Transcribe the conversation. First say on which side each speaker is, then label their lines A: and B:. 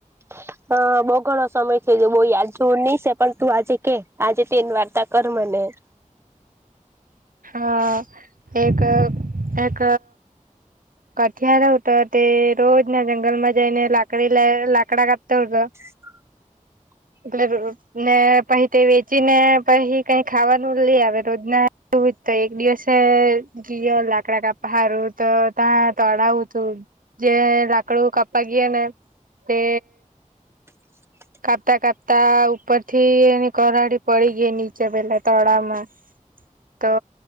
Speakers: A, on the right; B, on the right.
A: હ <unintelligible> હ બઉ ઘણો સમય થઈ ગયો બઉુ યાદ જોવું નહી છે પણ તું આજે કે આજે તેની વાર્તા કર મને <inaudible>
B: અ એક એક કઠિયાર હતો તે રોજ ના જંગલમાં જઈને લાકડી લ લાકડા કાપતો હતો
A: <inaudible>
B: એટલે ને પછી તે વેચી ને પછી કઈ ખાવાનું લઈ આવે રોજના તું તો એક દિવસે ગયો લાકડા ક પહારું તો ત્યાં તળાવું તું જે લાકડું કાપવા ગઈ ને તે
A: <inaudible>
B: કાપતા કાપતા ઉપર થી એની કરાડી પડી ગઈ નીચે પેલા તળામાં તો